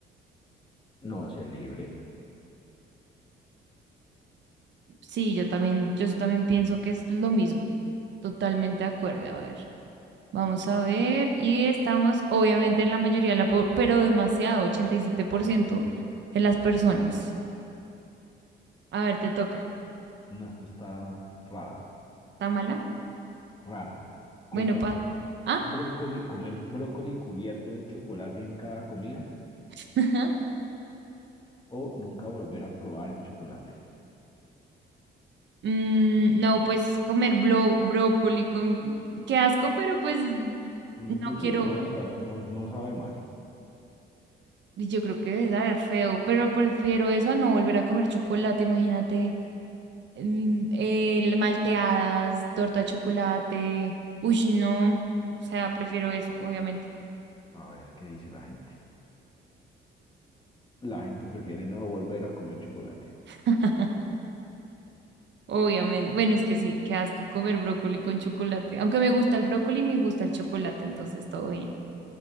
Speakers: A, on the left (about 25°); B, on the right (about 65°).
A: No, sé libre.
B: Sí, yo también, yo también pienso que es lo mismo. Totalmente de acuerdo. A ver, vamos a ver. Y estamos, obviamente, en la mayoría de la, po- pero demasiado, 87% de las personas. A ver, te toca.
A: No, esta está rara,
B: ¿Está mala?
A: rara. Comer
B: Bueno, pa. ¿Ah?
A: brócoli, comer brócoli cubierto de chocolate en cada comida
B: <laughs>
A: o nunca volver a probar el chocolate.
B: Mm, no, pues comer blo- brócoli con. Qué asco, pero pues no
A: Yo
B: quiero.
A: creo que no, debe sa- no, no sabe mal.
B: Y Yo creo que debe saber feo, pero prefiero eso a no volver a comer chocolate, imagínate. el- el malteadas, torta de chocolate. Uy, no. O sea, prefiero esa, obviamente.
A: A ver qué dice la gente. La gente prefiere no volver a comer chocolate.
B: <laughs> Obviamente. Bueno, es que sí, qué asco comer brócoli con chocolate. Aunque me gusta el brócoli, me gusta el chocolate, entonces todo bien.